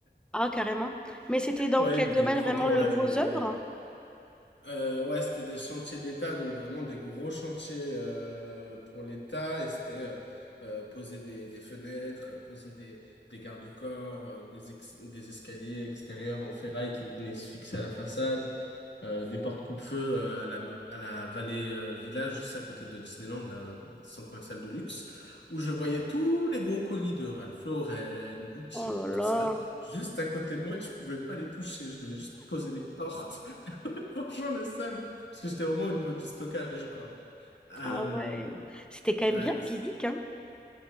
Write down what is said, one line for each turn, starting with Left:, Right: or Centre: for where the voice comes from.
Centre: Ah, carrément. Mais c'était dans
Left: Ouais,
Centre: quel
Left: il me
Centre: domaine
Left: payait 30
Centre: vraiment
Left: euros
Centre: le
Left: la
Centre: gros
Left: journée.
Centre: œuvre?
Left: euh. Euh, ouais, c'était des chantiers d'État, donc vraiment des gros chantiers euh, pour l'État. Et c'était euh, euh, poser des, des fenêtres, poser des, des garde-corps, euh, des, ex- des escaliers extérieurs en ferraille qui venaient se fixer à la façade, euh, des portes coupe-feu euh, à la, à la Vallée euh, Village, ça à côté de Disneyland, le centre commercial de luxe, où je voyais tous les gros colis de Ralph Lauren, Gucci,
Centre: Oh là
Left: tout
Centre: là.
Left: ça, juste à côté de moi et je pouvais pas les toucher. Je devais juste poser des portes. <laughs> Franchement, le seum. Parce que j'étais vraiment au niveau du stockage, quoi. Euh,
Centre: Ah ouais. C'était quand même
Left: ouais,
Centre: bien
Left: c'était-
Centre: physique, hein.